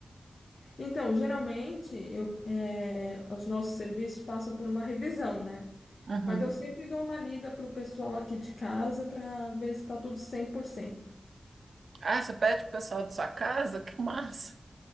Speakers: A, on the left; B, on the right.
A: Então, geralmente, eu, é, os nossos serviços passam por uma revisão, né?
B: Uhum.
A: Mas eu sempre dou uma lida pro pessoal aqui de casa para ver se tá tudo 100%.
B: Ah, você pede pro pessoal da sua casa? Que massa.